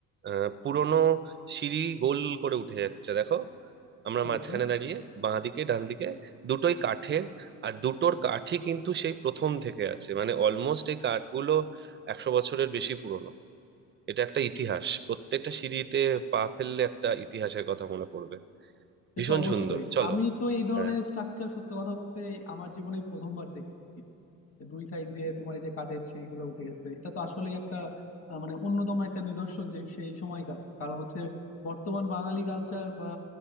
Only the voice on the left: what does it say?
তাই
তো
সে
তো অবশ্যই
আমি তো এই ধরনের
স্ট্রাকচার সত্য কথা বলতে আমার জীবনে প্রথমবার দেখছি যে দুই সাইড দিয়ে তোমার এই যে কাঠের সিঁড়িগুলো উঠে গেছে এটা তো আসলেই একটা আহ, মানে অন্যতম একটা নিদর্শন যে সেই সময়কার কারণ হচ্ছে বর্তমান বাঙালি কালচার বা